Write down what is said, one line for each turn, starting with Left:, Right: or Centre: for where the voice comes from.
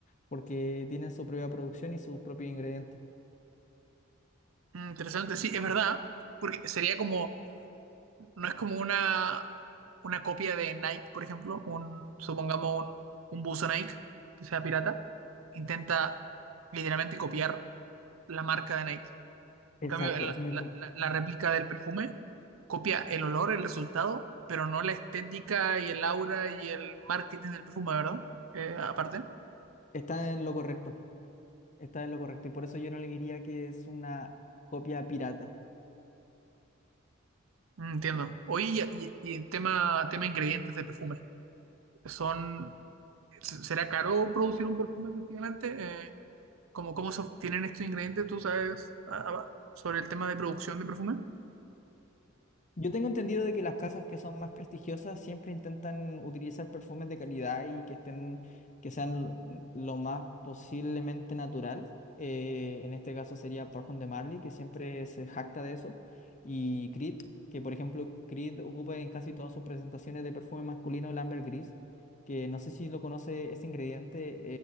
Left: porque tienen su propia producción y sus propios ingredientes.
Right: Mm, Interesante, sí, es verdad, porque sería como, no es como una, una copia de Nike, por ejemplo, un, supongamos un, un buzo Nike que sea pirata, intenta literalmente copiar la marca de Nike.
Left: Exacto,
Right: En cambio, el-
Left: ese
Right: la,
Left: es mi punto.
Right: la- la réplica del perfume copia el olor, el resultado, pero no la estética y el aura y el marketing del perfume, ¿verdad? Eh, aparte.
Left: Está en lo correcto, está en lo correcto, y por eso yo no le diría que es una copia pirata.
Right: Mm, Entiendo. Oye, y, y- y tema, tema ingredientes de perfume. Son, se- ¿será caro producir un perfume efectivamente? Eh, ¿cómo, cómo se obtienen estos ingredientes? ¿Tú sabes ah, ah, sobre el tema de producción de perfume?
Left: Yo tengo entendido de que las casas que son más prestigiosas siempre intentan utilizar perfumes de calidad y que estén, que sean lo más posiblemente natural. Eh, en este caso sería Parfum de Marley, que siempre se jacta de eso, y Creed, que por ejemplo Creed ocupa en casi todas sus presentaciones de perfume masculino el ambergris, que no sé si lo conoce, ese ingrediente